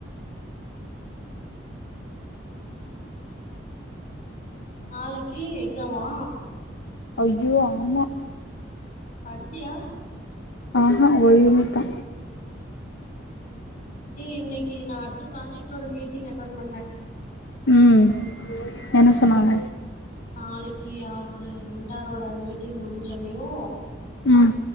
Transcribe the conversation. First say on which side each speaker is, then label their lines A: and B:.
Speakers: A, on the left; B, on the left.
A: <inaudible> நாளக்கீ எக்ஸாமா
B: அய்யோ ஆமா
A: படிச்சியா
B: ஆஹா ஒரு யூனிட் தா
A: ஏ இன்னைக்கி நா அடுத்த ப்ராஜெக்டோட மீட்டிங் அட்டென் பண்ணே
B: ம் என்ன சொன்னாங்க
A: நாளைக்கீ அவ்ரு வெண்டாரோட மீட்டிங் முடிஞ்சொனேயு
B: ம்